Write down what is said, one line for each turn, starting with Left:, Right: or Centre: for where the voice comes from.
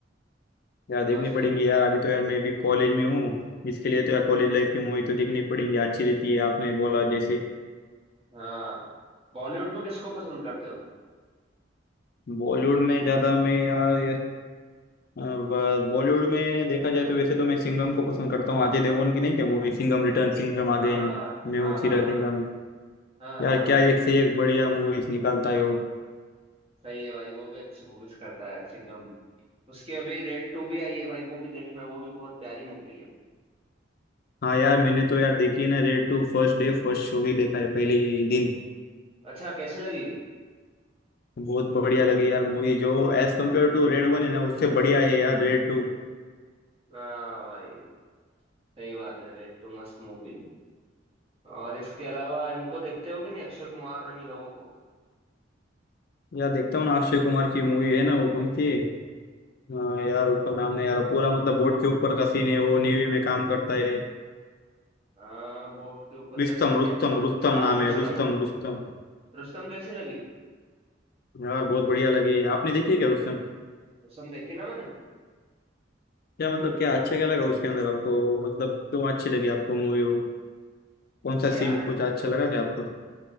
Left: यार देखनी
Right: मस्त
Left: पड़ेंगी
Right: मूवी
Left: यार अभी तो यार मैं भी कॉलेज में हूँ इसके लिए तो यार कॉलेज लाइफ की मूवी तो देखनी पड़ेंगी अच्छी रहती है आपने बोला जैसे
Right: हाँ बॉलीवुड में किसको पसंद करते हो
Left: बॉलीवुड में ज़्यादा मैं यार ये बॉलीवुड में देखा जाए तो वैसे तो मैं सिंघम को पसंद करता हूँ अजय देवगन की नहीं क्या movie Singham return Singham
Right: हाँ
Left: again
Right: हाँ
Left: मैं
Right: हाँ
Left: हूँ
Right: हाँ
Left: सीरा
Right: हाँ
Left: सिंघम
Right: हाँ हाँ
Left: यार क्या एक
Right: हाँ,
Left: से एक बढ़िया मूवीज निकालता है वो
Right: सही है भाई वो भी अच्छी मूवीज करता है सिंघम उसकी अभी रेड टू भी आई है भाई वो भी देखना वो भी बहुत प्यारी मूवी है
Left: हाँ यार मैंने तो यार देखी है ना Raid two first day first show ही देखा है पहले ही दिन
Right: अच्छा कैसे लगी
Left: बहुत बढ़िया लगी यार मूवी जो as compare to Raid one है ना उससे बढ़िया है यार रेड टू
Right: हाँ भाई सही बात है रेड टू मस्त मूवी है और इसके अलावा इनको देखते हो कि नहीं अक्षय कुमार और इन लोगों को
Left: यार देखता हूँ ना अक्षय कुमार की मूवी है ना वो कौन सी हाँ, यार उसका नाम नहीं यार पूरा मतलब बोट के ऊपर का सीन है वो नेवी में काम करता है
Right: हाँ बोट के ऊपर का
Left: रुस्तम
Right: फिल्म
Left: रुस्तम
Right: है
Left: रुस्तम
Right: हाँ
Left: नाम
Right: रुस्तम
Left: है रुस्तम रुस्तम
Right: रुस्तम कैसी लगी
Left: यार बहुत बढ़िया लगी आपने देखी है क्या रुस्तम
Right: रुस्तम देखी ना मैंने
Left: क्या मतलब क्या अच्छा क्या लगा उसके अंदर आपको मतलब क्यों अच्छी लगी आपको मूवी वो कौन सा
Right: यार
Left: सीन कुछ अच्छा लगा क्या आपको